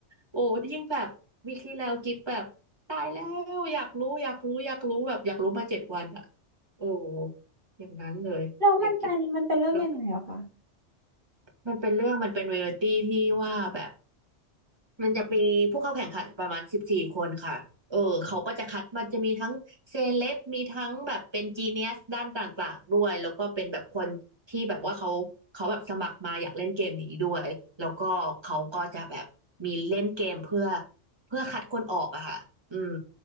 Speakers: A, on the right; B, on the right.
A: โอ้ยิ่งแบบวีคที่แล้วกิ๊บแบบตายแล้วอยากรู้อยากรู้อยากรู้แบบอยากรู้มาเจ็ดวันอ่ะโอ้อย่างนั้นเลยเด็กกิ๊บ
B: แล้วมันเป็นมันเป็นเรื่องยังไงอะคะ
A: แล้วมันเป็นเรื่องมันเป็นเรียลตี้ที่ว่าแบบ มันจะมีผู้เข้าแข่งขันประมาณสิบสี่คนค่ะเออเขาก็จะคัดมันจะมีทั้งเซเลบมีทั้งแบบเป็นจีเนียสด้านต่างๆด้วยแล้วก็เป็นแบบคนที่แบบว่าเขาเขาแบบสมัครมาอยากเล่นเกมนี้ด้วยแล้วก็เขาก็จะแบบมีเล่นเกมเพื่อเพื่อคัดคนออกอะค่ะอืม